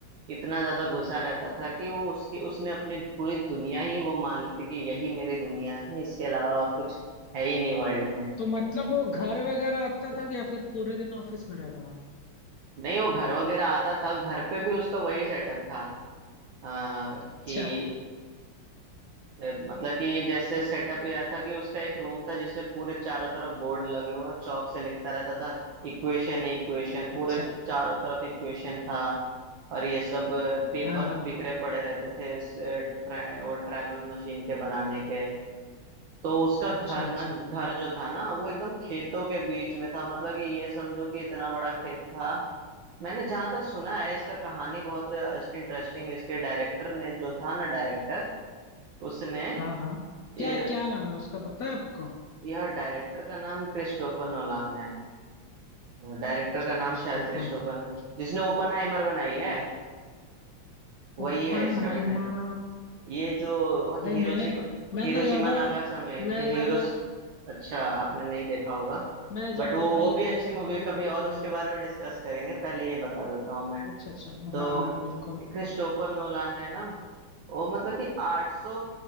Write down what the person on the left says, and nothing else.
तो मतलब वो घर वगैरह आता था कि या फिर पूरे दिन ऑफिस में रहता था
अच्छा
अच्छा
हाँ हाँ
अच्छा
अच्छा
हाँ हाँ
क्या क्या नाम है उसका पता है आपको
अच्छा
क्रिस्टोफर
नॉलन
अच्छा
ओपनहाइमर
भाई
मैंने मैंने
ज्यादा
मैं ज्यादा
मैं ज्यादा
भाई
वो
बॉलीवुड
वगैरह
अच्छा अच्छा
हाँ हाँ बिल्कुल